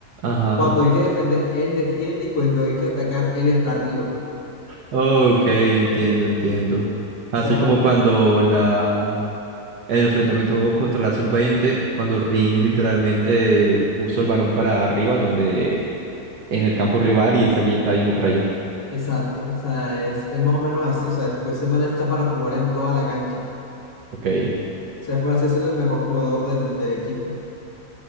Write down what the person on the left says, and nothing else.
Cuando hay que defender, él defiende y cuando hay que atacar, él está arriba. O
sea, pues,
exacto, o sea, es, es más o menos así, o sea, tipo, ese man está para jugar en toda la cancha.
sea, puede hacerse el mejor jugador del, del equipo.